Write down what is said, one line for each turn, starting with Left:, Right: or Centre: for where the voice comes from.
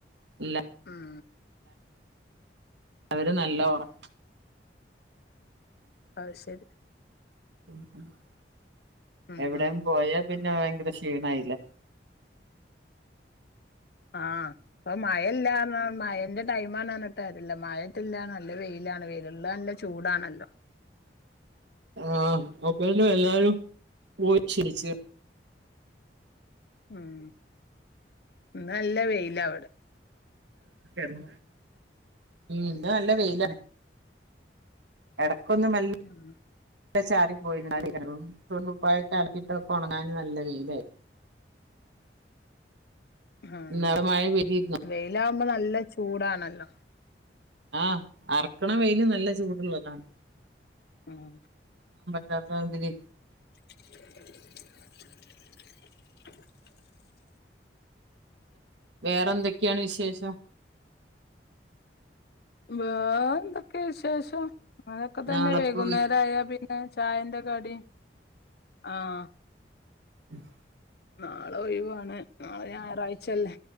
Right: ഉ
Left: ഉം
Right: അവര് നല്ല ഉറക്
Left: അഹ് സരി
Right: ഉം ഉംഎവിടെം
Left: ഉം ഉം
Right: പിന്നെ ഭയങ്കര ക്ഷീണായില്ലേ
Left: ആഹ് അപ്പ മഴല്ലാന്ന് മഴന്റെ ടൈ ആണ്ന്നറഞ്ഞിട്ട് കാര്യല്യാ മഴത്തില്ലാണല്ലോ വെയിലാണ് വെയിലുള്ളല്ല ചൂടാണല്ലോ
Right: ആഹ് അപ്പ എല്ലാരും പോയി ക്ഷണിച്ചു
Left: ഉം ഇന്ന് നല്ല വെയില വടെ
Right: ഉം ഇന്ന് നല്ല വെയിലാണ് എടക്കൊന്നുമല്ല
Left: ഉം
Right: ചാറി പോയിങ്ങറും <unintelligible> <unintelligible> തുണിക്കുപ്പായൊക്കെ അലക്കിട്ടൊക്കെ ഒണങ്ങാൻ നല്ല വെയിലായി
Left: ഉം
Right: ഇന്നലെ മഴ പെയ്തിരുന്നോ
Left: വെയിലകുമ്പോ നല്ല ചൂടാണല്ലോ
Right: ആഹ് അറക്കണ വെയില് നല്ല ചൂടുള്ളതാണ്
Left: ഉം
Right: ചത്രതിരി
Left: <inaudible>
Right: വേറെ എന്തൊക്കെയാണ് വിശേഷം
Left: വേ എന്തൊക്കെയ വിശേഷം അങ്ങനൊക്കെ തന്നെ
Right: നാളെപ്പോ
Left: വൈകുന്നേരം ആയാ പിന്നെ ചായന്റെ കടിം
Right: ഉ
Left: ആഹ്
Right: ഉം
Left: നാളെ ഒഴിവാണ് നാളെ ഞായറാഴ്ചല്ലേ